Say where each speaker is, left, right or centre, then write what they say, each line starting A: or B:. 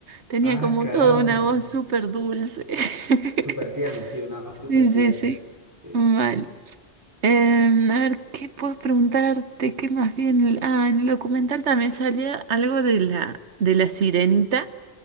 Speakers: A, on the right (about 80°); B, on the right (about 15°).
A: Tenía
B: Ah,
A: como
B: caramba.
A: toda una voz súper dulce. <laughs>
B: Súper tierna, sí, una voz súper
A: Sí,
B: tierna.
A: sí, sí.
B: Sí,
A: Mal.
B: sí.
A: Em, a ver, ¿qué puedo preguntarte? ¿Qué más bien? El- Ah, en el documental también salía algo de la, de la sirenita